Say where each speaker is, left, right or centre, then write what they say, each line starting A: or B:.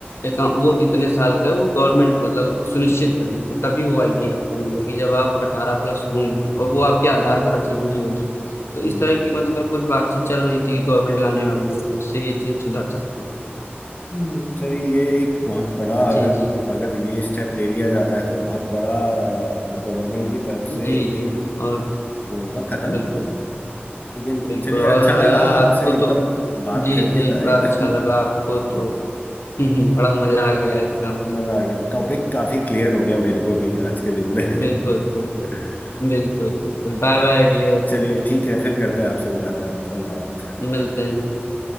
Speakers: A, on the left; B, on the left.
A: अकाउंट वो इतने साल का है वो गवर्नमेंट मतलब सुनिश्चित करेगी तभी वो आईडी आपको मिलेगी जब आप अठारह प्लस होंगे और वो आपके आधार कार्ड से जुड़ी होगी तो
B: हम्म
A: इस तरह की मतलब कुछ बातचीत चल रही थी कि गवर्नमेंट लाने वाली है तो इससे ये चीज सुधर सकती है
B: हम्म, चलिए ये एक बहुत बड़ा अगर
A: जी जी
B: अगर ये स्टेप ले लिया जाता है तो बहुत बड़ा गवर्नमेंट की तरफ से
A: जी जी
B: एक
A: और
B: वो होगा कदम
A: बिल्कुल
B: लेकिन
A: बिल्कुल
B: चलिए
A: और
B: अच्छा लगा
A: यार आपको
B: आपसे एकदम
A: तो
B: बात
A: जी
B: करके
A: जी
B: ना
A: बड़ा
B: एकदम
A: अच्छा लगा आपको तो
B: <laughs> हाँ,
A: <laughs> बड़ा मजा आ गया एकदम
B: मजा आ गया टॉपिक काफी क्लियर हो गया मेरे को भी आज के दिन में
A: बिल्कुल बिल्कुल
B: <laughs>
A: बिल्कुल बिल्कुल Bye bye dear
B: चलिए ठीक है फिर करते हैं आपसे मुलाकात और बात
A: मिलते हैं